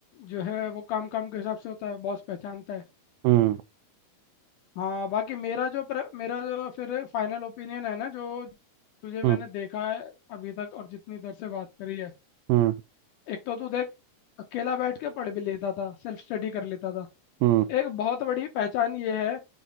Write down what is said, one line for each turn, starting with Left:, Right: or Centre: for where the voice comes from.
Left: जो है वो काम काम के हिसाब से होता है बॉस पहचानता है
Right: हम्म
Left: हाँ बाकी मेरा जो प्र, मेरा जो फिर फाइनल ओपिनियन है ना जो तुझे मैंने
Right: हम्म
Left: देखा है अभी तक और जितनी देर से बात करी है
Right: हम्म
Left: एक तो तू देख अकेला बैठ के पढ़ भी लेता था सेल्फ स्टडी कर लेता था
Right: हम्म,
Left: एक बहुत बड़ी पहचान ये है